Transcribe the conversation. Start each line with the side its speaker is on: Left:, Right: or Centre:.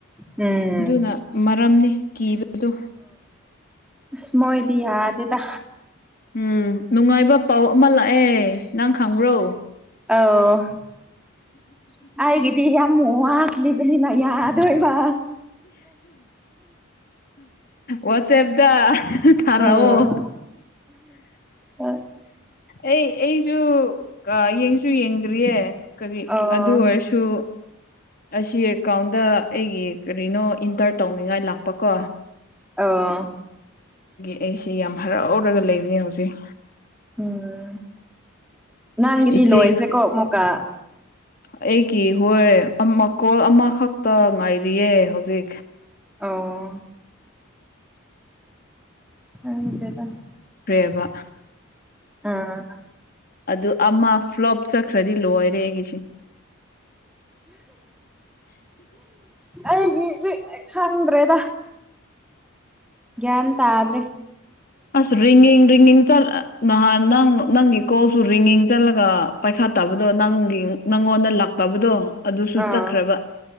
Centre: ꯎꯝ
Left: ꯑꯗꯨꯅ ꯃꯔꯝꯅꯤ ꯀꯤꯕꯗꯨ
Centre: ꯁꯃꯣ ꯏꯌꯥ ꯑꯗꯨꯗꯗ
Left: ꯎꯝ ꯅꯨꯡꯉꯥꯏꯕ ꯄꯥꯎ ꯑꯃ ꯂꯥꯛꯑꯦ ꯅꯪ ꯈꯪꯕ꯭ꯔꯣ
Centre: ꯑ ꯑꯩꯥꯏꯒꯤꯗꯤ ꯌꯥꯝꯃꯨꯠꯂꯤꯕꯂꯤꯅ ꯌꯥꯠ ꯣꯏꯃ
Left: ꯋꯥꯠꯁꯦꯞꯗ ꯊꯔꯑꯣ
Centre: ꯎꯝ ꯑ
Left: ꯑꯩ ꯑꯩꯁꯨꯣ ꯌꯦꯡꯁꯨ ꯌꯦꯡꯗ꯭ꯔꯤꯌꯦ ꯀꯔꯤ
Centre: ꯑꯣ
Left: ꯑꯗꯨ ꯑꯣꯏꯔꯁꯨ ꯑꯁꯤ ꯑꯦꯀꯥꯎꯟꯗ ꯑꯩꯒꯤ ꯅ ꯏꯟꯇꯔ ꯇꯧꯅꯤꯡꯉꯥꯏ ꯂꯥꯛꯄ ꯀꯣ
Centre: ꯑꯥ
Left: ꯑꯩꯁꯤ ꯌꯥꯝ ꯍꯔꯥꯎꯔꯒ ꯂꯩꯔꯤ ꯍꯧꯖꯤꯛ
Centre: ꯎꯝ ꯅꯪꯒꯤꯗꯤ
Left: ꯏꯆꯦ
Centre: ꯂꯣꯏꯈ꯭ꯔꯦꯀꯣ ꯃꯣꯀꯥ
Left: ꯑꯩꯒꯤ ꯍꯣꯏ ꯃꯈꯀꯣꯜ ꯑꯃꯈꯛꯇ ꯉꯥꯏꯔꯤꯌꯦ ꯍꯧꯖꯤꯛ
Centre: ꯑꯣ ꯑ ꯊ꯭ꯔꯦꯗ
Left: ꯄ꯭ꯔꯦꯕ
Centre: ꯑꯝ
Left: ꯑꯗꯨ ꯑꯃ ꯐ꯭ꯂꯣꯞ ꯆꯠꯈ꯭ꯔꯗꯤ ꯂꯣꯏꯔꯦ ꯑꯩꯒꯤꯁꯦ
Centre: ꯑꯩꯒꯤꯗꯤ ꯍꯪꯗ꯭ꯔꯦꯗ ꯒ꯭ꯌꯥꯟ ꯇꯥꯗ꯭ꯔꯦ
Left: ꯑꯁ ꯔꯤꯡꯉꯡ ꯔꯤꯡꯉꯡ ꯆꯠꯂ ꯅꯍꯥꯟ ꯅꯪ ꯅꯪꯒꯤ ꯀꯣꯁꯨ ꯔꯤꯡꯉꯡ ꯆꯠꯂꯒ ꯄꯥꯏꯈꯥ ꯐꯠꯇꯕꯗꯣ ꯅꯪꯒꯤ ꯅꯪꯉꯣꯟꯗ ꯂꯥꯛꯇꯕꯗꯣ ꯑꯗꯨꯁꯨ
Centre: ꯑꯥ
Left: ꯆꯠꯈ꯭ꯔꯕ